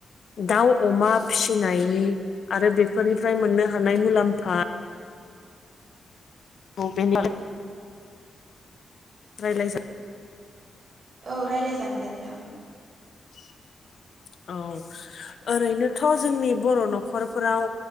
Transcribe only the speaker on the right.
औ रायज्लाय जागोन दे नोंथां